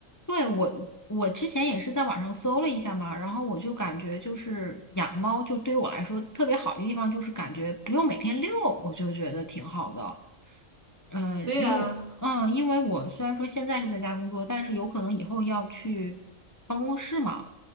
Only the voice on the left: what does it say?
对，我，我之前也是在网上搜了一下嘛，然后我就感觉就是养猫，就对于我来说特别好的地方就是感觉不用每天遛，我就觉得挺好的。嗯，
呃因为嗯，因为我虽然说现在是在家工作，但是有可能以后要去办公室嘛。